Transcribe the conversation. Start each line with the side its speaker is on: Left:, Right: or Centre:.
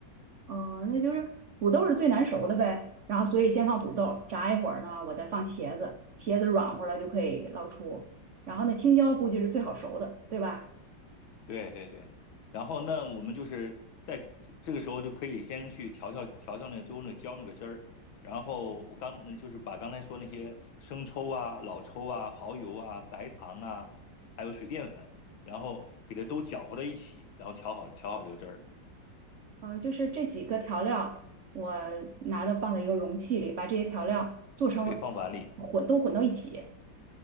Right: 哦，那就是土豆是最难熟的呗，然后所以先放土豆，炸一会儿呢，我再放茄子，茄子软和了就可以捞出。然后呢，青椒估计是最好熟的，对吧？
Left: 对对对，然后那我们就是在这这个时候就可以先去调调调调那个最后那个浇那个汁儿，然后我刚那就是把刚才说那些生抽啊、老抽啊、蚝油啊、白糖啊，还有水淀粉，然后给它都搅和在一起，然后调好调好这个汁儿，
Right: 嗯，就是这几个调料，我拿到放在一个容器里，把这些调料做成混都混到一起。
Left: 对，放碗里，